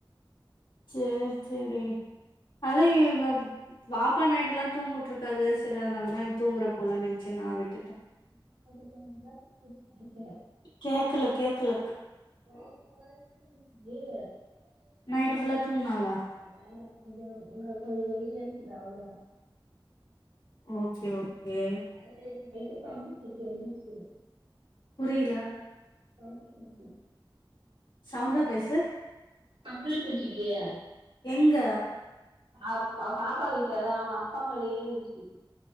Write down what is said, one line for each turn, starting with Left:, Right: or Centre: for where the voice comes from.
Left: சேரி சேரி அது <unintelligible> பாப்பா நைட்டு எல்லாம் தூங்வுட்ருக்காது சேரி அதனாலதா தூங்கற போல நென்ச்சு நா விட்டுட்ட
Right: ஆ நான் <inaudible> படுத்த
Left: கேக்கல கேக்கல
Right: <inaudible> அது
Left: நைட் ஃபுல்லா தூங்குனாளா
Right: <unintelligible> எந்துருச்சுடா அவ்ளோதா
Left: ஓகே ஓகே
Right: ஆ நேத்து நைட்டு கம்பு செஞ்சிச்சு
Left: புரில
Right: அம்புலி செஞ்ச
Left: சவுண்டா பேசு
Right: கம்பளி பூச்சடியா
Left: எங்க
Right: அ பாப்பா கிட்டதா அவங்க அப்பா மேல ஏறிச்சு